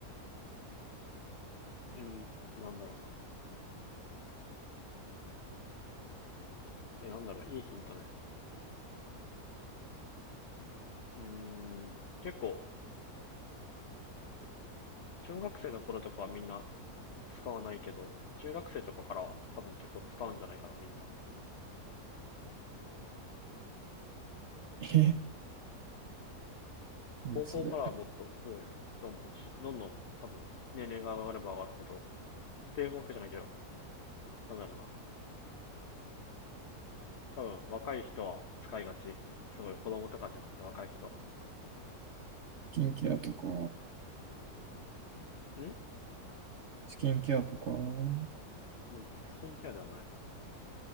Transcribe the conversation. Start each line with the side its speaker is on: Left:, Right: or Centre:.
Left: うん、なんだろうな。え、なんだろう、いいヒントね。うーん、結構、中学生の頃とかはみんな使わないけど、中学生とかからは多分結構使うんじゃないかな、みんな。
Right: <laughs> え、もうそれ。
Left: 高校からはもっと増えると思うし、
Right: ス
Left: どんどん多分年齢が上がれば上がるほど、っていうわけじゃないけど、なんだろうな。多分若い人は使いがち。すごい子供とかじゃなくて若い人は。
Right: キンケアとか、
Left: ん
Right: スキンケアとか、わ
Left: もうスキンケアではない。